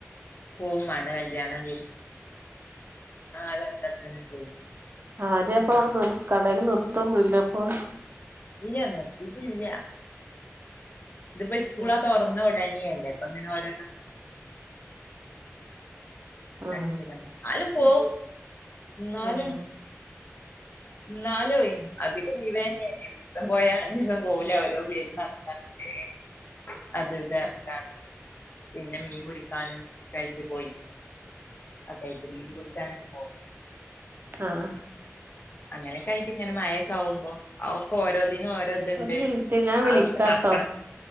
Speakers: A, on the left (about 40°); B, on the right (about 45°).
A: പോവമാണ് കല്യാണം <unintelligible> <unintelligible>
B: ആരേം അപ്പൊ
A: ആഹ്
B: അവിടെ നിർ കടയിൽ നിർത്തൊന്നുംല്ല അപ്പൊ
A: ഇല്ല നിർത്തിട്ടില്ല ഇതിപ്പോ സ്കൂളാ
B: ആഹ്
A: തുറന്ന ഉടനിയല്ലേ അപ്പ അങ്ങനെ
B: ആഹ്
A: <unintelligible> ന്നാലും പോവും എന്നാലും.
B: ആഹ്
A: ന്നാലുവേ അധികം <unintelligible> പോയാ അഞ്ചീസം പോവൂല അവര് വീടിൻ്റെ ആൾക്കാരില്ല്യേ അത് വേറെക്കാണ് പിന്നെ മീൻ പിടിക്കാനും കഴിച്ചു പോയി ആഹ് കഴിച്ച് മീൻ പുടിച്ചാനൊക്കെ പോവും.
B: ആഹ്.
A: അങ്ങനെക്കായിട്ട് ഇങ്ങനെ മഴക്കെ ആവ്മ്പോ അയ് ഒക്കെ ഓരോന്നിനും ഓരോ ണ്ട്
B: ഒരു മിനിറ്റ് ഞാൻ വിളിക്കാട്ടോ
A: അതൊക്കെ നടക്കണം